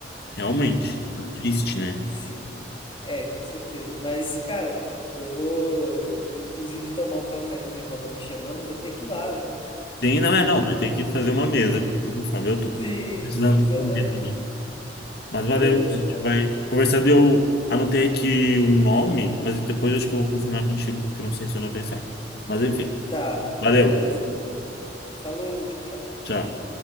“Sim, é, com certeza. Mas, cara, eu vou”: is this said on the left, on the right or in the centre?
Left